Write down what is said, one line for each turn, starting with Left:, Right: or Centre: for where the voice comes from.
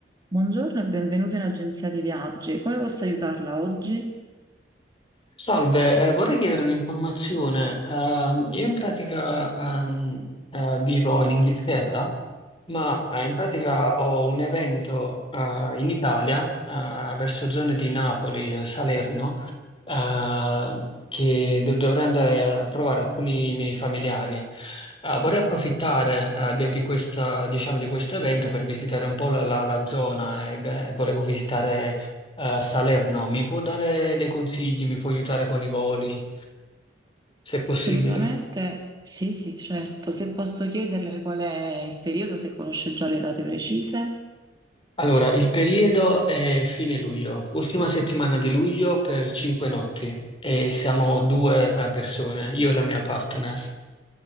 Right: Buongiorno e benvenuto in agenzia di viaggi. Come posso aiutarla oggi?
Left: Salve, eh, vorrei chiedere un'informazione. Ehm, io in pratica ehm, eh, vivo in Inghilterra ma eh, in pratica ho un evento eh, in Italia, eh, verso zone di Napoli, e Salerno, eh, che do- dovrei andare a trovare alcuni miei familiari. Eh, vorrei approfittare eh, de- di questa, diciamo, di questo evento per visitare un po' la, la- la zona eh, e, beh, volevo visitare eh, Salerno. Mi può dare dei consigli? Mi può aiutare con i voli, se è possibile?
Right: Assolutamente sì, sì, certo. Se posso chiederle qual è il periodo, se conosce già le date precise.
Left: Allora, il periodo è fine luglio, ultima settimana di luglio per cinque notti e siamo due eh, persone, io e la mia partner.